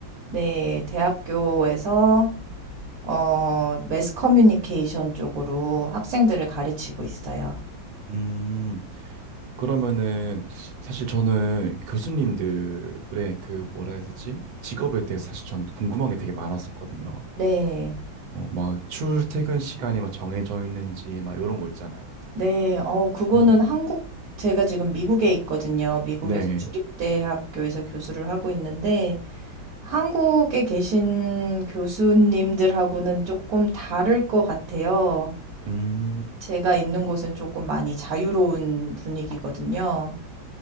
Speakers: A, on the right; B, on the right.
A: 네, 대학교에서, 어, 매스 커뮤니케이션 쪽으로 학생들을 가르치고 있어요.
B: 음, 그러면은 사실 저는 교수님들의 그 뭐라 해야 되지? 직업에 대해서 사실 전 궁금한 게 되게 많았었거든요.
A: 네,
B: 어, 막 출퇴근 시간이 막 정해져 있는지 막 이런 거 있잖아요.
A: 네, 어, 그거는
B: 음,
A: 한국, 제가 지금 미국에 있거든요. 미국에서
B: 네.
A: 주립대학교에서 교수를 하고 있는데, 한국에 계신 교수님들하고는 조금 다를 것 같아요.
B: 음,
A: 제가 있는 곳은 조금 많이 자유로운 분위기거든요.